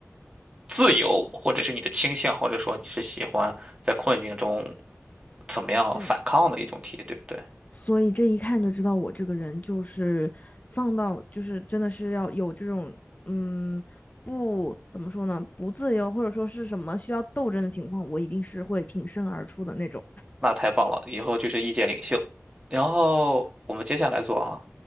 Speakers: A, on the right; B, on the left.
A: 自由，或者是你的倾向，或者说你是喜欢在困境中怎么样反抗的一种题，
B: 嗯，
A: 对不对？
B: 所以这一看就知道我这个人就是放到就是真的是要有这种嗯不怎么说呢不自由或者说是什么需要斗争的情况，我一定是会挺身而出的那种，
A: 那太棒了，以后就是意见领袖。然后我们接下来做啊，